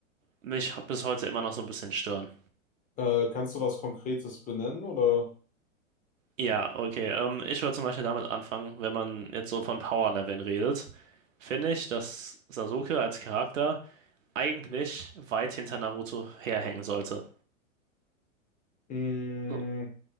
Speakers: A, on the right (about 70°); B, on the left (about 20°).
A: mich bis heute immer noch so ein bisschen stören.
B: Äh, kannst du was Konkretes benennen oder
A: Ja, okay. Ähm, ich würde zum Beispiel damit anfangen, wenn man jetzt so von Power-Leveln redet, finde ich, dass Sasuke als Charakter eigentlich weit hinter Naruto herhängen sollte.
B: Mm,
A: So.